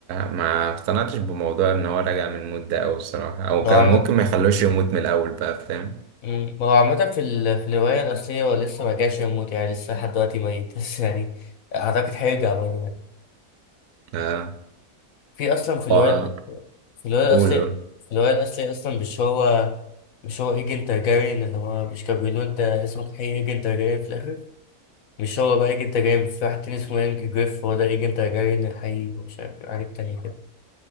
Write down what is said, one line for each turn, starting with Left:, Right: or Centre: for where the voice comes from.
Right: ما اقتنعتش بموضوع ان هو رجع من الموت ده او الصراحه او
Left: هو
Right: كان
Left: عامة
Right: ممكن ما يخلوش يموت من الاول بقى فاهم
Left: مم. هو عامة في ال... في الرواية الأصلية هو لسه ما جاش يموت يعني لسه لحد دلوقتي ميت <laughs> بس يعني أعتقد هيرجع برضه يعني
Right: اه
Left: في أصلا في الرواية
Right: هو-
Left: في الرواية الأصلية
Right: قول قول.
Left: في الرواية الأصلية أصلا مش هو مش هو إيجن تارجاريان اللي هو مش كان بيقولوا أنت اسمك حقيقي إيجن تارجاريان في الآخر مش هو بقى ايجنت جاي في واحد تاني اسمه يانج جريف هو ده ايجنت جاي من الحقيقي ومش عارف إيه، عليه التاني كده